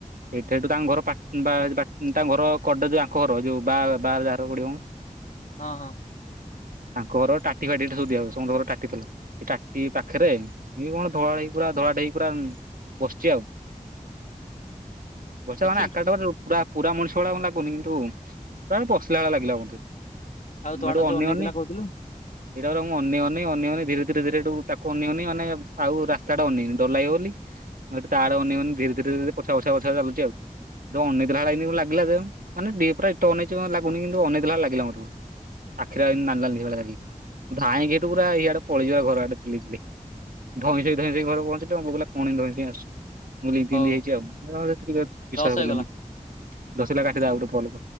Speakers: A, on the right (about 85°); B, on the left (about 65°).
A: ସେଇଠି ସେଇଠୁ ତାଙ୍କ ଘର ପା-ବା-ବା-ତାଙ୍କ ଘର କଡ ଯୋଉ ଆଙ୍କ ଘର ଯୋଉ ବା ବାରେ ଯାହାର ପଡିବ ମ।
B: ହଁ ହଁ।
A: ତାଙ୍କ ଘର ଟାଟି ଫାଟିଟା ସବୁି ଦିଆ ତମ ଘର ଟାଟି ଥିଲା। ଏ ଟାଟି ପାଖରେ ଏ କଣ ଧଳା ହେଇ ପୁ ଧଳାଟେହେଇକି ପୁରା ବସିଛି ଆଉ ବର୍ଷା
B: ଦେଖିଲୁ
A: ମାନେ ଆକାଟା ପରେ ପୁରା ପୁରା ମଣିଷ ଭଳିଆ କ ଲାଗୁନି କିନ୍ତୁ ପ୍ରାୟ ବସିଲା ଭଳିଆ ଲାଗିଲା ମୋତେ।
B: ଆଉ
A: ମୁଁ
B: ତୁ
A: ହେଠୁ
B: ଆଡେ ଯୋଉ
A: ଅନେଇ
B: ଅନେଇଥିଲା
A: ଅନେଇ
B: କହୁଥିଲୁ
A: ଏଟା ପରା ମୁ ଅ ଅନ୍ୟମାନେ ଧୀରେ ଧୀରେ ଧୀରେ ହେଠୁ ତାକୁ ଅନେଇ ଅନେଇ ମାନେ ଆଉ ରାସ୍ତା ଟା ଅନେଇନି। ଡରଲାଗିବା ବୋଲିି ସେ ତା ଆଡ଼େ ଅନଇବନି ଧୀରେ ଧୀରେ ଧରେ ପଛୁଆ ପଛୁଆ ପଛୁଆ ଚାଲୁଛି ଆଉ। ହେଠୁଁ ଅନେକ ଦେଲା ଭଳିଆ ଏମତି ଲାଗିଲା ଯେ ମାନେ ଡି ପୁରା ଅତି ଅନୁଛି ଲାଗୁନି କିନ୍ତୁ ଅନେଇ ଦେଲାଭଳିଆ ଲାଗିଲା ମୋତେ। ଆଖିରେ ନାଲ ନାଲ ହେଇଗଲା ରାଗିକି ଧାଇଁକି ପୁରା ଇଆଡେପଳେଇଯିବା ଘର ଆଡେ ଚିଲେଇ ଚିଲେଇ ଧଇଁ ସଇଁ ଧଇଁ ସଇଁ ଘରେ ପହଞ୍ଚିଲି। ମୋ ବୋଉ କହିଲା କଣ ଏମିତି ଧଇଁ ସଇଁ ଅସୁ ମୁଁ କହିଲି ଇତି
B: ହଉ
A: ଇତି ହେଇଛି ଆଉ। ସେ ଟ ବିଶ୍ୱାସ
B: ଦଶ ହେଇଗଲା।
A: କଲେନି ଦସଲା କାଟିଲା ଗୋଟେ କଲ୍